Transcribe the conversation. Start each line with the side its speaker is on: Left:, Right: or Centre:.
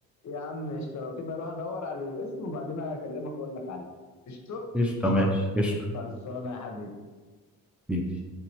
Left: يا عم قشطه لو كده اروح ادور على الاسم وبعدين اكلمك اقول لك عليه قشطه
Centre: قشطه ماشي قشطه
Left: خلصانه يا حبيبي
Centre: حبيبي